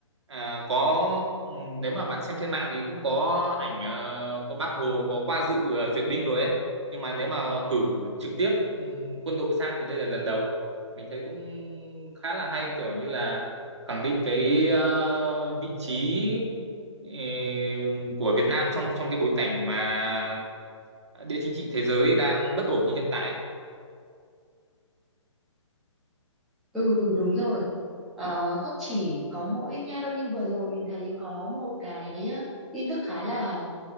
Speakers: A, on the right; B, in the centre.
A: à, có ừ, nếu mà bạn xem trên mạng thì cũng có ảnh ờ, có Bác Hồ có qua dự ờ, duyệt binh rồi ấy nhưng mà nếu mà cử trực tiếp ừ, quân đội sang thì đây là lần đầu mình thấy cũng khá là hay kiểu như là khẳng định cái ờ, vị trí ờ, của Việt Nam trong trong cái bối cảnh mà địa chính trị thế giới đang bất ổn như hiện tại
B: Ừ đúng rồi Ờ, không chỉ có mỗi Nga đâu nhưng vừa rồi mình thấy có một cái ờ, tin tức khá là